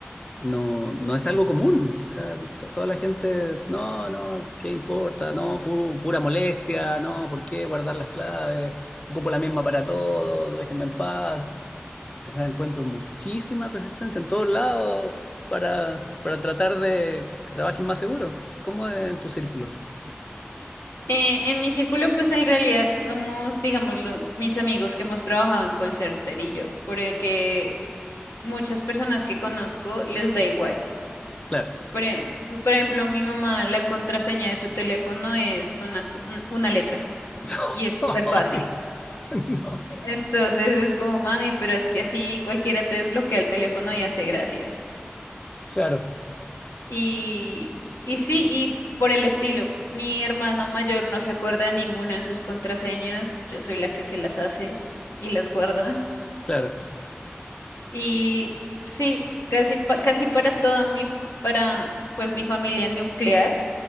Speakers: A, on the left; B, on the left.
A: no, no es algo común. O sea, to- toda la gente, no, no, ¿qué importa? No, pu- pura molestia, no, ¿por qué guardar las claves? Ocupo la misma para todo, déjenme en paz. O sea, encuentro muchísima resistencia en todos lados para, para tratar de que trabajen más seguro. ¿Cómo es en tu círculo?
B: Eh, en mi círculo, pues en realidad somos, digamos, lo- mis amigos que hemos trabajado en call center y yo, porque muchas personas que conozco les da igual.
A: Claro.
B: Por, e- por ejemplo, mi mamá, la contraseña de su teléfono es una, cu- un- una letra
A: <laughs>
B: y es súper fácil.
A: Ay, No,
B: Entonces es como, mami, pero es que así cualquiera te desbloquea el teléfono y hace gracias.
A: claro,
B: Y, y sí, y por el estilo, mi hermano mayor no se acuerda de ninguna de sus contraseñas, yo soy la que se las hace y las guarda.
A: claro.
B: Y sí, casi, pa- casi para toda mi, para pues mi familia nuclear,